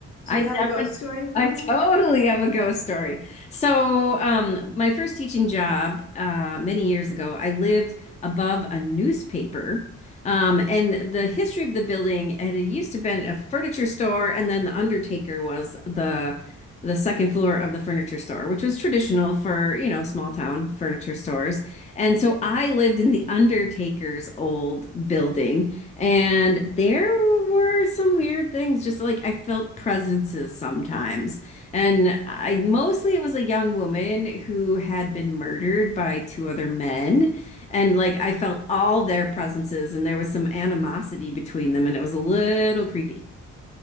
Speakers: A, on the left; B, on the left.
A: I
B: Do you
A: definitely,
B: have a ghost story for
A: I totally
B: me?
A: have a ghost story. So, um, my first teaching job, uh, many years ago, I lived above a newspaper, um, and the history of the building, and it had used to been a furniture store, and then the undertaker was the the second floor of the furniture store, which was traditional for, you know, small town furniture stores. And so I lived in the undertaker's old building. And there were some weird things, just like I felt presences sometimes. And I mostly it was a young woman who had been murdered by two other men. And like I felt all their presences, and there was some animosity between them, and it was a little creepy.